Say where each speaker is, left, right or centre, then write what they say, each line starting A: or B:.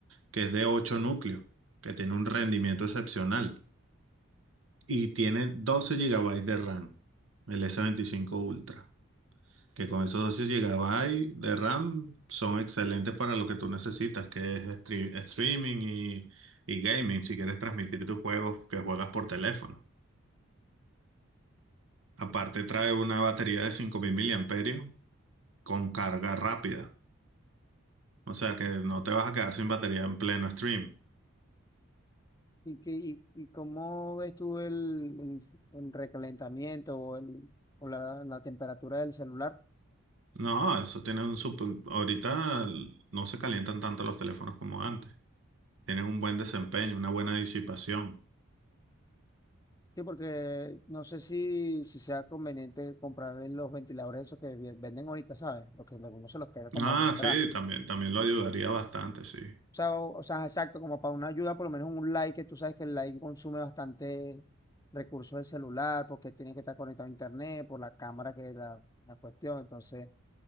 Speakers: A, on the right; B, on the left.
A: que es de 8 núcleos, que tiene un rendimiento excepcional y tiene 12 gigabytes de RAM, el S25 Ultra que con esos dos llegaba ahí de RAM son excelentes para lo que tú necesitas, que es stre- streaming y, y gaming, si quieres transmitir tus juegos que juegas por teléfono. Aparte trae una batería de 5000 miliamperios con carga rápida, o sea que no te vas a quedar sin batería en pleno stream.
B: ¿Y, qué- y, y cómo ves tú el, el- el recalentamiento o, el, o la, la temperatura del celular?
A: No, eso tiene un super... Ahorita no se calientan tanto los teléfonos como antes. Tienen un buen desempeño, una buena disipación.
B: Sí, porque no sé si, si sea conveniente comprar los ventiladores esos que vi- venden ahorita, ¿sabes? Los que algunos se los pega como
A: Ah,
B: detrás.
A: sí, también, también lo ayudaría bastante, sí.
B: O sea, o, o sea, exacto, como para una ayuda, por lo menos un like, que tú sabes que el like consume bastante recursos del celular, porque tiene que estar conectado a internet, por la cámara que es la, la cuestión. Entonces,